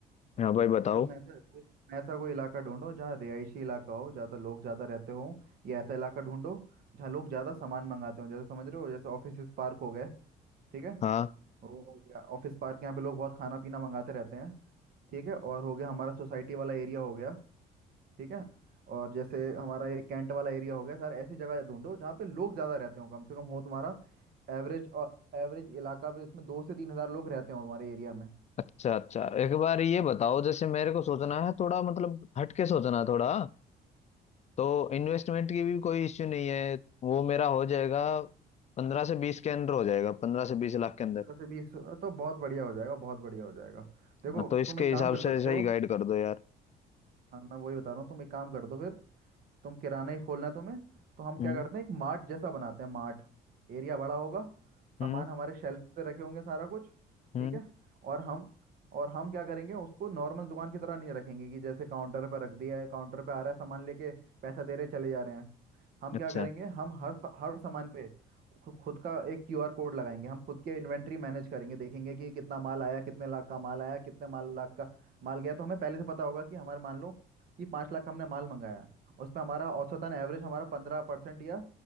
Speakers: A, on the left (about 40°); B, on the right (about 65°).
A: हाँ भाई बताओ
B: तुम ऐसा कोई ऐसा कोई इलाका ढूंढो जहाँ रिहायशी इलाका हो ज़्यादा लोग ज़्यादा रहते हो या ऐसा इलाका ढूंढो जहाँ लोग ज़्यादा सामान मंगाते हो जैसे समझ रहे हो जैसे ऑफिस पार्क हो गए ठीक है
A: हाँ
B: वो हो गया ऑफिस पार्क यहाँ पे लोग बहुत खाना पीना मंगाते रहते हैं ठीक है और हो गया हमारा सोसाइटी वाला एरिया हो गया ठीक है और जैसे हमारा ये कैंट वाला एरिया हो गया सर ऐसी जगह ढूंढो जहाँ पे लोग ज़्यादा रहते हो कम से कम हो तुम्हारा एवरेज और एवरेज इलाका भी उसमें दो से तीन हज़ार लोग रहते हो तुम्हारे एरिया में
A: अच्छा अच्छा एक बार ये बताओ जैसे मेरे को सोचना है थोड़ा मतलब हटके सोचना है थोड़ा तो इन्वेस्टमेंट की भी कोई इश्यू नहीं है वो मेरा हो जाएगा पंद्रह से बीस के अंदर हो जाएगा पंद्रह से बीस लाख के अंदर
B: पंद्रह से बीस तो बहुत बढ़िया हो जाएगा बहुत बढ़िया हो जाएगा देखो
A: हाँ, तो इसके
B: तुम एक
A: हिसाब
B: काम कर
A: से
B: सकते
A: ऐसा ही
B: हो
A: गाइड कर दो यार
B: हाँ मैं वही बता रहा हूँ तुम एक काम कर दो फिर तुम किराना ही खोलना है तुम्हें तो हम
A: हम्म
B: क्या करते हैं एक मार्ट जैसा बनाते हैं मार्ट एरिया बड़ा होगा सामान
A: हम्म
B: हमारे शेल्फ पे रखे होंगे सारा कुछ
A: हम्म
B: ठीक है और हम और हम क्या करेंगे उसको नॉर्मल दुकान की तरह नहीं रखेंगे कि जैसे काउंटर पर रख दिया है काउंटर पे आ रहा है सामान लेके पैसा दे रहे चले जा रहे हैं हम
A: अच्छा
B: क्या करेंगे हम हर हर सामान पे खु- खुद का एक क्यूआर कोड लगाएंगे हम खुद के इन्वेंट्री मैनेज करेंगे देखेंगे कि कितना माल आया कितने लाख का माल आया कितने माल लाख का माल गया तो हमें पहले से पता होगा कि हमारे मान लो कि पाँच लाख का हमने माल मंगाया उसमें हमारा औसतन एवरेज हमारा पंद्रह परसेंट या